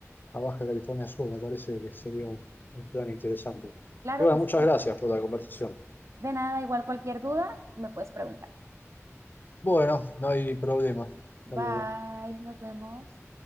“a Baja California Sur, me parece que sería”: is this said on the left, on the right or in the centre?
Left